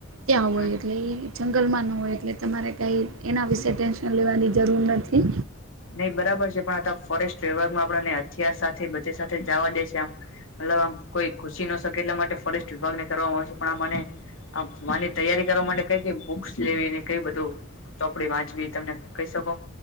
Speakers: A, on the right (about 80°); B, on the left (about 70°).
A: ત્યાં હોય
B: હમ
A: એટલે એ જંગલમાં ન હોય એટલે તમારે કંઈ એના વિશે ટેન લેવાની જરૂર નથી.
B: નઈ બરાબર છે પણ આ તો ફોરેસ્ટ વિભાગમાં આપડાને હથિયાર સાથે બધે સાથે જાવા દે છે આમ મતલબ આમ કોઈ ખુશી ન શકે એટલા માટે ફોરેસ્ટ વિભાગ ને કરવામાં આવશે પણ આ મને આ માની તૈયારી કરવા માટે કઈ કઈ બુક્સ લેવીને કઈ બધું ચોપડી વાંચવી તમને કઈ શકો?